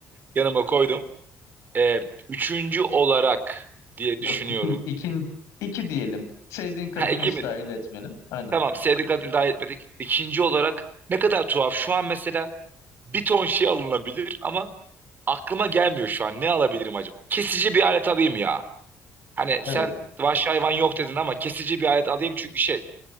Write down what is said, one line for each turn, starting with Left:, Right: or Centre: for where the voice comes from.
Right: Yanıma koydum. E, üçüncü olarak diye
Left: Yok,
Right: düşünüyorum.
Left: iki ikin, iki diyelim. Sevdiğin kadını
Right: Ha Ekim'in.
Left: hiç dahil etmeli. Aynen.
Right: Tamam Sevdik adını dahil etmedik. İkinci olarak ne kadar tuhaf. Şu an mesela bir ton şey alınabilir ama aklıma gelmiyor şu an. Ne alabilirim acaba? Kesici bir alet alayım ya. Hani
Left: Evet.
Right: sen vahşi hayvan yok dedin ama kesici bir alet alayım çünkü şey.